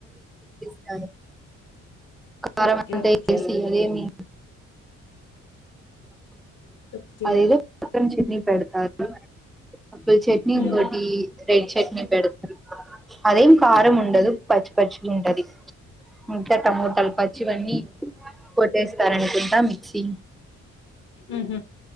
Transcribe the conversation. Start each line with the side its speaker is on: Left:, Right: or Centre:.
Centre: ఆ కారం
Left: ఓకే
Centre: అంతా
Left: ఓకే
Centre: వేసిరేమి
Left: ఓకే
Centre: అదేదో అల్లం చట్నీ పెడతారు అప్పుల్ చట్నీ
Left: ఉమ్
Centre: ఇంకోటి రెడ్ చట్నీ పెడతారు అదేం కారం ఉండదు పచ్చి పచ్చి కాఉంటది ఇంకా టమోటాలు పచ్చివన్నీ కొట్టేస్తారనుకుంటా మిక్సీ
Left: ఉహ